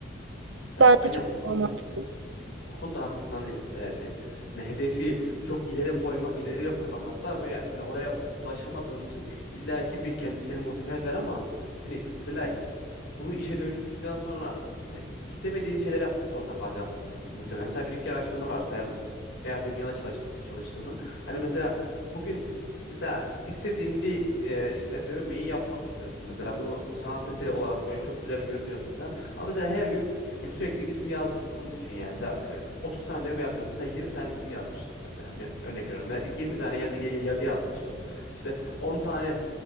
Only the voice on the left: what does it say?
Ya
aynen
bu konuda
Bu konuda haklısın hani, e, te- hani hedefi çok ileri koyma ileriye koymak hatta böyle hani oraya u- ulaşamadığın için illaki bir kendi seni motive eder ama hani mesela bunu işe dönüştürdükten sonra hani istemediğin şeyler yapmak zorunda kalacaksın muhtemelen. Mesela bir dükkan açtığını varsayalım veya birinin yanında çalış- çalıştığını. Hani mesela bugün mesela istediğin bir e, işte dövmeyi yapmak istiyorsun. Mesela bunu sanat eseri olarak böyle çok güzel görünüyorsun falan. Ama mesela her gün bir sürekli isim yazdığını düşün yani. Mesela e, 30 tane dövme yapıyorsun. Mesela 20 tane isim yazmışsın mesela. Bir Örnek veriyorum. Ya 20 tane yazı, ya- yazı yazmışsın. İşte 10 tane